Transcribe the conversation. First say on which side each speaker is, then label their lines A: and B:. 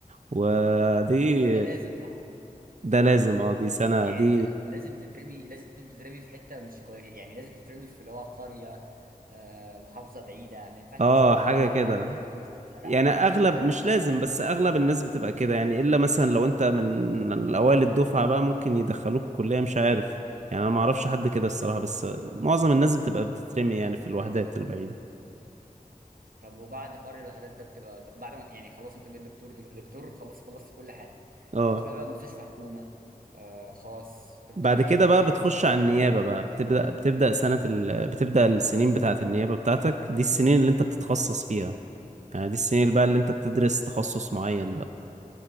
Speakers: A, on the right; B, on the right.
A: ودي
B: هو ده لازم صح؟
A: ده لازم اه دي سنة
B: يعني
A: دي
B: انت لازم تترمي لازم تترمي في حتة مش كويس يعني لازم تترمي في اللي هو قرية آه محافظة بعيدة ما ينفعش
A: اه
B: مثلا اللي
A: حاجة
B: هو
A: كده
B: حد يكون في القاهرة
A: يعني
B: عادي
A: اغلب مش لازم بس اغلب الناس بتبقى كده يعني الا مثلا لو انت من الاوائل الدفعة بقى ممكن يدخلوك كلية مش عارف يعني انا ما اعرفش حد كده الصراحة بس معظم الناس بتبقى بتترمي يعني في الوحدات البعيدة
B: طب وبعد حوار الوحدات ده بتبقى د- بعد ما يعني خلاص انت بقيت دكتور دل... دكتور خلاص خلصت كل حاجه
A: اه
B: بتروح بقى مستشفى حكومه آه خاص تفتح
A: بعد
B: عياده
A: كده بقى بتخش
B: يعني
A: على النيابة بقى بتبدأ بتبدأ سنة ال... بتبدأ السنين بتاعة النيابة بتاعتك دي السنين اللي انت بتتخصص فيها يعني دي السنين اللي بقى اللي انت بتدرس تخصص معين بقى